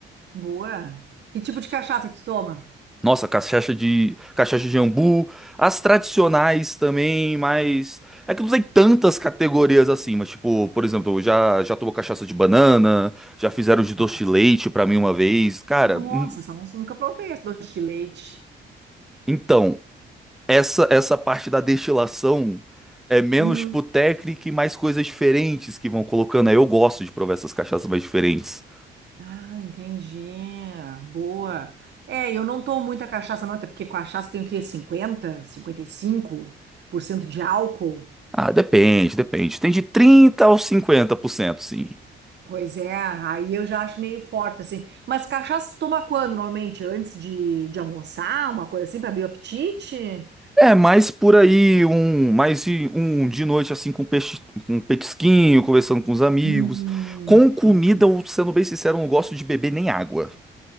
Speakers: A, on the right; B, in the centre.
A: Boa. Que tipo de cachaça que tu toma?
B: Nossa, cachaça de cachaça de jambu, as tradicionais também, mas é que não tem tantas categorias assim, mas tipo, por exemplo, eu já já tomou cachaça de banana, já fizeram de doce
A: Ah,
B: de leite pra mim uma vez. Cara,
A: Nossa,
B: hum,
A: essa não, nunca provei esse doce de leite.
B: então Essa, essa parte da destilação é menos
A: Hum.
B: pro técnico e mais coisas diferentes que vão colocando. Aí eu gosto de provar essas cachaças mais diferentes.
A: Ah, entendi. Boa. É, eu não tomo muita cachaça, não, até porque cachaça tem o quê? cinquenta, cinquenta e cinco por cento de álcool.
B: Ah, depende, depende. Tem de 30 aos cento sim.
A: Pois é, aí eu já acho meio forte, assim. Mas cachaça tu toma quando, normalmente? Antes de, de almoçar, uma coisa assim, pra abrir o apetite?
B: É, mais por aí, um, mais de- um de noite assim com peixe, um petisquinho, conversando com os amigos.
A: Hum,
B: Com comida,
A: entendi.
B: eu, sendo bem sincero, eu não gosto de beber nem água.